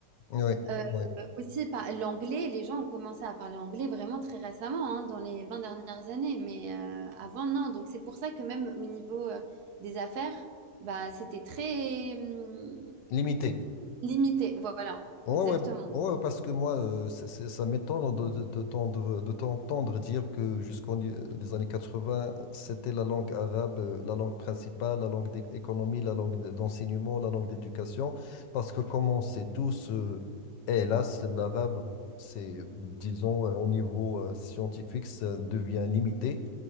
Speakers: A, on the left; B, on the right.
A: Oui,
B: Euh,
A: oui.
B: aussi par l'anglais, les gens ont commencé à parler anglais vraiment très récemment, hein, dans les 20 dernières années, mais euh, avant non. Donc c'est pour ça que même au niveau euh, des affaires, bah, c'était très hum,
A: Limité.
B: limité. Voilà,
A: Ouais,
B: exactement.
A: ouais, ouais, parce que moi, euh, c'est- c'est- ça m'étonne de, de, de t'entendre de t'entendre dire que jusqu'aux les années 80, c'était la langue arabe, euh, la langue principale, la langue d'économie, la langue de- d'enseignement, la langue d'éducation, parce que comme on sait tous, euh, hélas, l'arabe, c'est, disons, euh, au niveau euh, scientifique, ça devient limité.